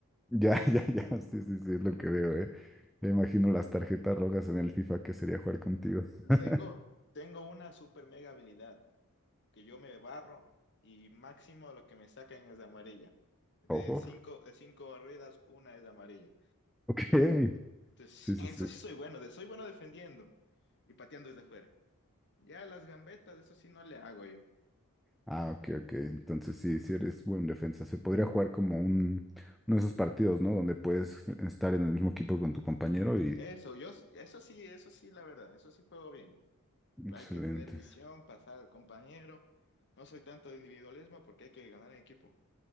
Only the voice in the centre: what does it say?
ya, ya, ya, sí, sí, sí, es lo que veo, ¿eh? Me imagino las tarjetas rojas en el FIFA que sería jugar contigo. <laughs>
Ojo,
ok.
Sí, sí,
sí.
Ah, ok, ok. Entonces sí, sí eres buen defensa. Se podría jugar como un, uno de esos partidos, ¿no? Donde puedes estar en el mismo equipo con tu compañero y...
Excelente.